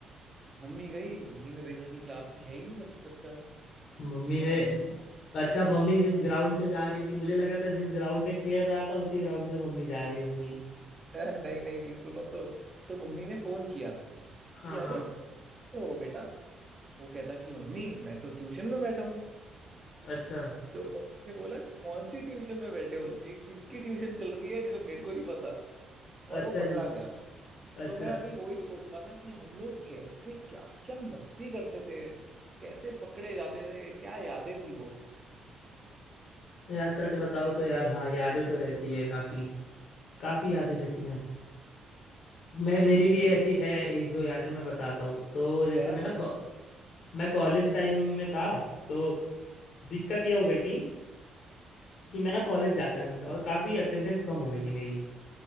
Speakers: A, on the right; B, on the left.
A: मम्मी गई मम्मी ने देखा कि क्लास में है ही नहीं बट बच्चा
B: मम्मी
A: तो
B: ने
A: मम्मी ने
B: अच्छा मम्मी जिस ग्राउंड से जा रही थी मुझे लगा था जिस ग्राउंड पे खेल रहा था उसी ग्राउंड से मम्मी जा रही होंगी
A: <laughs> नहीं नहीं नहीं सुनो तो तो मम्मी ने फोन किया
B: हाँ
A: कि अरे
B: हाँ
A: ओ बेटा वो कहता कि मम्मी मैं तो ट्यूशन में बैठा हूँ
B: अच्छा
A: तो पब्लिक ने बोला कौन सी ट्यूशन में बैठे हो ये किसकी ट्यूशन चल रही है जो मेरे को नहीं पता और
B: अच्छा
A: वो पकड़ा
B: जी
A: गया
B: अच्छा
A: तो मैं अभी वही सोच रहा था कि हम लोग कैसे क्या क्या मस्ती करते थे कैसे पकड़े जाते थे क्या यादें थी वो
B: यार सच बताओ तो यार हाँ यादें तो रहती है काफी काफी यादें रहती हैं मैं मेरी
A: बिल्कुल
B: भी ऐसी है एक दो यादें मैं बताता हूँ तो जैसे
A: ओ यार
B: मैं
A: बताओ
B: ना को, मैं कॉलेज टाइम में था तो दिक्कत यह हो गई थी कि मैं ना कॉलेज जाता नहीं था और काफी अटेंडेंस कम हो गई थी मेरी